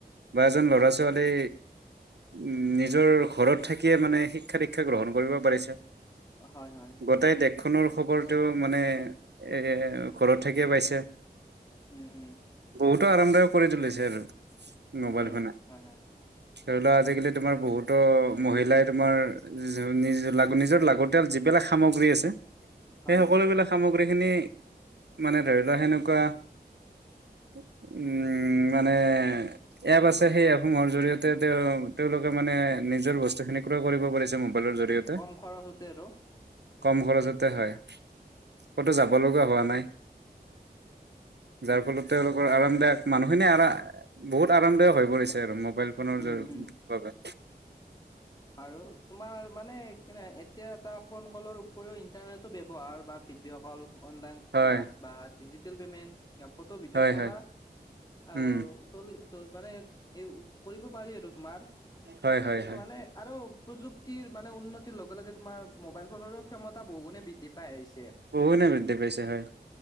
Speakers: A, on the right; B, on the left.
A: বা এজন ল'ৰা ছোৱালী উম, নিজৰ ঘৰত থাকিয়ে মানে শিক্ষা দীক্ষা গ্ৰহণ কৰিব পাৰিছে।
B: হয় হয়।
A: গোটেই দেশখনৰ খবৰটো মানে এ, ঘৰত থাকিয়ে পাইছে।
B: উম, উ।
A: বহুতো আৰামদায়ক কৰি তুলিছে <unintelligible>
B: উম,
A: মোবাইল
B: উম,
A: ফোনে।
B: হয়, হয়,
A: ধৰি লোৱা আজিকালি তোমাৰ বহুতো মহিলাই তোমাৰ <unintelligible> নিজৰ লাগতিয়াল যিবিলাক সামগ্ৰী আছে
B: হয়,
A: সেই সকলোবিলাক
B: হয়,
A: সামগ্ৰীখিনি মানে ধৰি লোৱা সেনেকুৱা উ উ,
B: উম,
A: মানে এপ আছে সেই এপসমূহৰ জৰিয়তে তেওঁ তেওঁওলোকে মানে নিজৰ বস্তুখিনি ক্ৰয় কৰিব পাৰিছ। বলৰ জৰিয়তে।
B: উম, কম খৰচতে আৰু।
A: কম খৰচতে হয়। ক'তো যাব লগা হোৱা নাই। যাৰ
B: উম,
A: ফলতে <unintelligible> আৰামদায়ক, মানুহখিনিয়ে আৰা বহুত আৰামদায়ক হৈ পৰিছে আৰু, মোবাইল ফোনৰ
B: উম,
A: জৰি
B: উম।
A: বাবে।
B: আৰু তোমাৰ মানে কিনে, এতিয়া এটা ফোন কলৰ উপৰিও ইন্টাৰনেটো ব্যৱহাৰ বা ভিডিঅ' কল অনলাইন
A: হয়
B: ক্লাছ বা ডিজিটেল পেমেণ্ট, ফটো ভিডিঅ'
A: হয়
B: তোলা
A: হয়
B: আৰু
A: উম
B: <unintelligible> মানে এই কৰিব পাৰি আৰু তোমাৰ,
A: হয় হয় হয়
B: মানে আৰু প্ৰযুক্তিৰ মানে উন্নতিৰ লগে লগে তোমাৰ মোবাইল ফোনৰো ক্ষমতা বহু গুণে বৃদ্ধি পাই আহিছে।
A: বহু <unintelligible> বৃদ্ধে পইছে হয়।